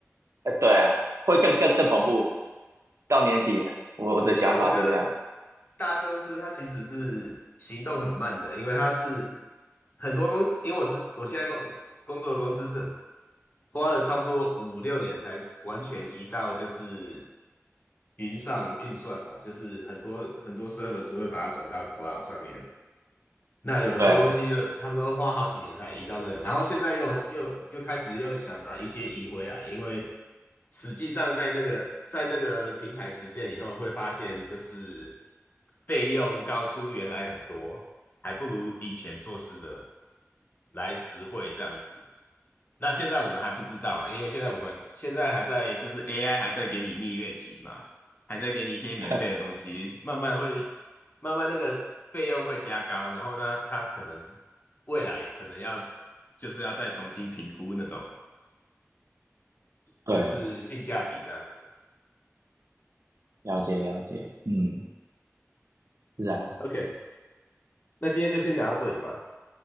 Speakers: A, on the right; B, on the left.
A: 呃对啊，会更更更恐怖，到年底了，我我的想法是这样，
B: 因为我觉得大公司它其实是行动很慢的，因为它是很多公司，因为我之我现在工工作的公司是花了差不多五六年才完全移到就是云上运算嘛，就是很多很多 service 会把它转到 cloud 上面，那有很多东西的，
A: 对
B: 他们都花好几年才移到那个，然后现在又又又开始又想把一些移回来，因为实际上在那个在那个平台实践以后，会发现就是费用高出原来很多，还不如以前做事的来实惠这样子。那现在我们还不知道嘛，因为现在我们现在还在就是 AI 还在给你蜜月期嘛，还在给你一些免费的东西，
A: <laughs>
B: 慢慢会慢慢那个费用会加高，然后呢，他可能未来可能要就是要再重新评估那种
A: 对，
B: 就是性价比这样子。
A: 了解了解，嗯，是啊，
B: OK，那今天就先聊到这里吧。